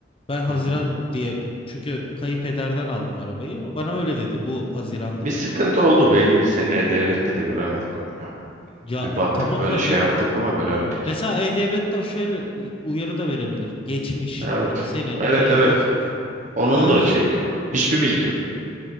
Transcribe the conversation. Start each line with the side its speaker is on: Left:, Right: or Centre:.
Left: Ben Haziran
Right: Hı hı.
Left: diye çünkü kayınpederden aldım arabayı. O Bana öyle dedi. Bu Haziran'da
Right: Bir
Left: dedi.
Right: sıkıntı oldu belliydi. Seneye devlette de göremedik onu ya.
Left: Ya
Right: Bir baktık
Left: tamam
Right: böyle
Left: da
Right: şey
Left: bir
Right: yaptık ama göremedik.
Left: mesela E-Devlet'te şöyle uyarı da verebilir. Geçmiş.
Right: Evet.
Left: Hani senin
Right: Evet
Left: şeyin
Right: evet.
Left: geçmiş.
Right: Onun
Left: Ya bana
Right: da
Left: hiç
Right: şeyi yok. Hiçbir bilgi yok.